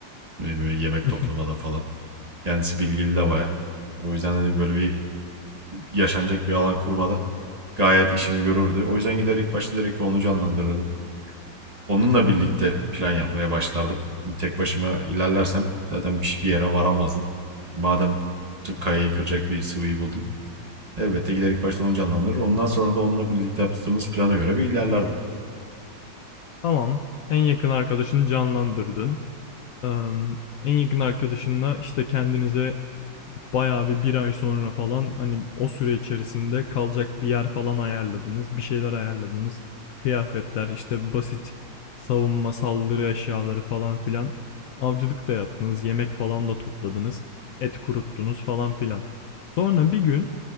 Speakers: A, on the right; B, on the left.
A: ve yemek
B: <laughs>
A: toplamada falan. Kendisi bilgili de bayağı. O yüzden hani böyle bir yaşanacak bir alan kurmada gayet işimi görürdü. O yüzden gider ilk başta direkt onu canlandırırdım. Onunla birlikte plan yapmaya başlardım. Şimdi tek başıma ilerlersem zaten bir, bir yere varamazdım. Madem t- kayayı kıracak bir sıvıyı buldum. Elbette giderek başta onu canlandırır. Ondan sonra da onunla birlikte yaptığımız plana göre bir ilerlerdim.
B: Tamam. En yakın arkadaşını canlandırdın. Eee, en yakın arkadaşınla işte kendinize Bayağı bir bir ay sonra falan hani o süre içerisinde kalacak bir yer falan ayarladınız. Bir şeyler ayarladınız. Kıyafetler, işte basit savunma, saldırı eşyaları falan filan. Avcılık da yaptınız. Yemek falan da topladınız. Et kuruttunuz falan filan. Sonra bir gün